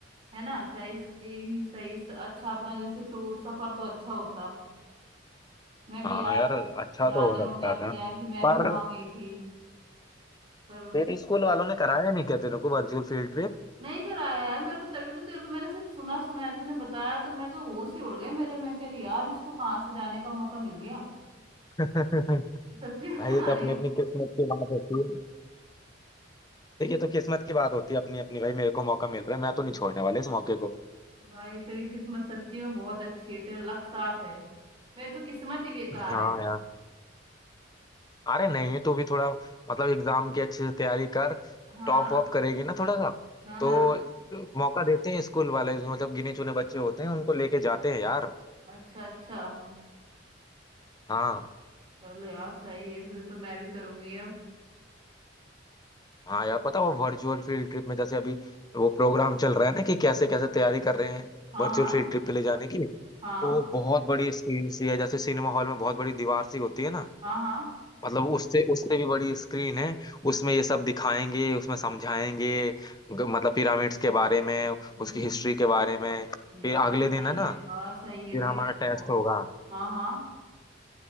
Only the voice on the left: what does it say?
हाँ
यार अच्छा
तो हो
सकता
था
पर
तेरे स्कूल वालों ने कराया नहीं क्या तेरे को वर्चुअल फील्ड ट्रिप
<laughs>
भाई
ये तो
अपनी अपनी
किस्मत की बात होती है देखिए तो किस्मत की बात होती है अपनी अपनी भाई मेरे को मौका मिल रहा है मैं तो नहीं छोड़ने वाला इस मौके को
हाँ
यार अरे नहीं नहीं तू भी थोड़ा मतलब एग्जाम की अच्छे से तैयारी कर
टॉप वॉप करेगी ना थोड़ा सा
तो,
तो मौका देते हैं स्कूल वाले जो मतलब गिने चुने बच्चे होते हैं उनको लेके जाते हैं यार
हाँ
हाँ यार पता वो वर्चुअल फील्ड ट्रिप में जैसे अभी वो प्रोग्राम चल रहा है ना कि कैसे कैसे तैयारी कर रहे हैं
वर्चुअल
फील्ड ट्रिप पे ले जाने की
तो बहुत बड़ी स्क्रीन सी है जैसे सिनेमा हॉल में बहुत बड़ी दीवार सी होती है ना
मतलब उससे उससे भी बड़ी स्क्रीन है उसमें ये सब दिखाएंगे उसमें समझाएंगे ग- मतलब पिरामिड्स के बारे में
उसकी हिस्ट्री के बारे में
फिर अगले
दिन है ना
फिर
हमारा
टेस्ट
होगा